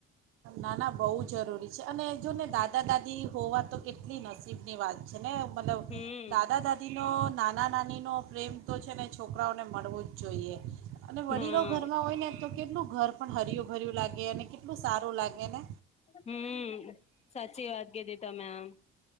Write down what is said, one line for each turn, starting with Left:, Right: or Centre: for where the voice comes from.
Right: ના ના બહુ જરૂરી અને જો ને દાદા દાદી હોવા તો કેટલી નાસીબ ની વાત છે ને મતલબ
Left: હમ
Right: દાદા દાદી નો. નાના નાનીનો પ્રેમ. તો છે ને છોકરાઓને મળવું જ છે. જોઈએ. અને વડીલો
Left: હા
Right: ઘરમાં હોય ને તો. કેટલું ઘર પણ હરિય ભર્યું લાગે અને કેટલું સારું લાગે. આને
Left: હમ સાચી વાત કધી તમે આમ.